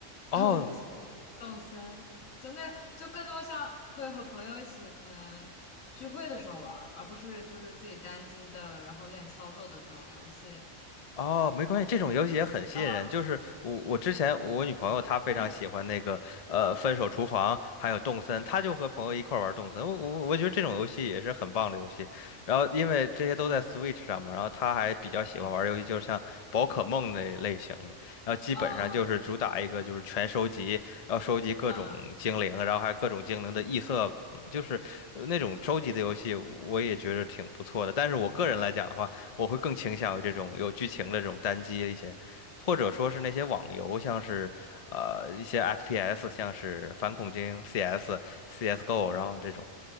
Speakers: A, on the left; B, on the left.
A: 哦，
B: 动物性动森，就那就更多像会和朋友一起可能聚会的时候玩儿而不是就是自己单机的，然后练操作的这种游戏。
A: 哦，没关系，这种游戏也很吸引人。
B: 啊，
A: 就是我，我之前我女朋友她非常喜欢那个呃《分手厨房》，
B: 嗯嗯
A: 还有《动森》，她就和朋友一块儿玩儿《动森》。我我我觉得这种游戏也是很棒的游戏。然后因为这些都在 Switch 上嘛，然后她还比较喜欢玩儿游戏，
B: 嗯
A: 就是像宝可梦那类型的。然后基本上就是主打一个就是全收集，
B: 嗯嗯
A: 然后收集各种精灵，
B: 嗯，
A: 然后还有各种精灵的异色，嗯就是呃那种收集的游戏，我也觉得挺不错的。但是我个人来讲的话，我会更倾向于这种有剧情的这种单机一些，或者说是那些网游，像是呃一些 FPS，像是反恐精英 CS、CS:GO，然后这种